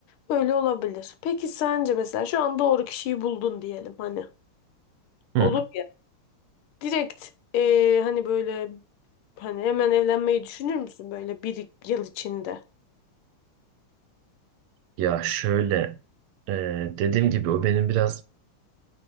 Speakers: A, on the left (about 80°); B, on the right (about 85°).
A: öyle olabilir. Peki sence mesela şu an doğru kişiyi buldun diyelim hani.
B: Hı.
A: Olur Direkt eee, hani böyle hani hemen evlenmeyi düşünür müsün böyle bir yıl içinde?
B: Ya şöyle e, dediğim gibi o benim biraz